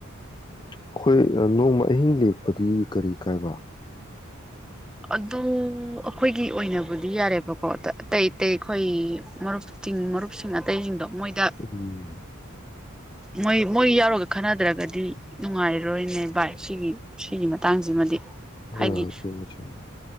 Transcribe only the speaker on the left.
ꯑꯩꯈꯣꯏ ꯅꯣꯡꯃ ꯑꯍꯤꯡ ꯂꯦꯛ ꯄꯗꯤ ꯀꯔꯤ ꯀꯥꯏꯕ
ꯎꯝ
ꯍ
ꯆꯨꯝꯃꯦ ꯆꯨꯝꯃꯦ